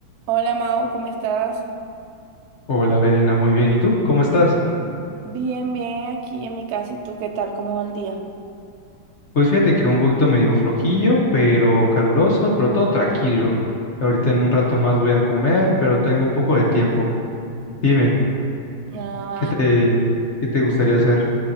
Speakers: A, on the right (about 70°); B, on the left (about 55°).
A: Hola Mau, ¿cómo estás?
B: Hola, Verena, muy bien. ¿Y tú? ¿Cómo estás?
A: Bien, bien, aquí en mi casa. ¿Y tú qué tal? ¿Cómo va el día?
B: Pues fíjate que un poquito medio flojillo, pero caluroso, pero todo tranquilo. Ahorita en un rato más voy a comer, pero tengo un poco de tiempo. Dime,
A: Ah,
B: ¿qué te, qué te gustaría hacer?